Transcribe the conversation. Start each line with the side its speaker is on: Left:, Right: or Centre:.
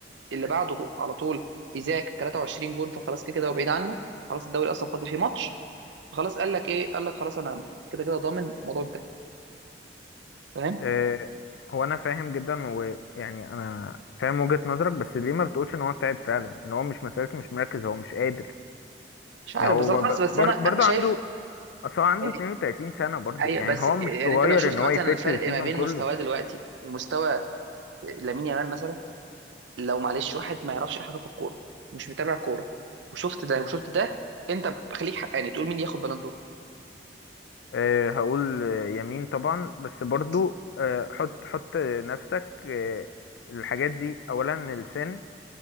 Right: اللي بعده على طول ايزاك 23 جون فخلاص كده كده هو بعيد عنه خلاص الدوري اصلا فاضل فيه ماتش فخلاص قال لك ايه قال لك خلاص انا كده كده ضامن الموضوع ده فاهم
Left: آه، هو انا فاهم جدا ويعني انا فاهم وجهة نظرك بس ليه ما بتقولش ان هو تعب فعلا ان هو مش مسألة مش مركز هو مش قادر
Right: مش عارف
Left: يعني هو
Right: بصراحه
Left: ب-
Right: بس بس
Left: بر-
Right: انا انا
Left: برضه
Right: شايف
Left: عنده اصل هو عنده
Right: يعني
Left: 32 سنة برضه
Right: ايوه
Left: يعني
Right: بس
Left: هو مش
Right: يعني
Left: صغير
Right: انت لو شفت
Left: ان هو
Right: مثلا
Left: يفت
Right: الفرق
Left: السيزون
Right: ما بين
Left: كله
Right: مستواه دلوقتي ومستوى لامين يامال مثلا لو معلش واحد ما يعرفش أي حاجه في الكوره مش متابع كوره وشفت ده وشفت ده انت خليك حقاني تقول مين ياخد بالون دور
Left: آه، هقول آه، يمين طبعا بس برضه
Right: بس
Left: آه، حط حط نفسك آه، الحاجات دي اولا السن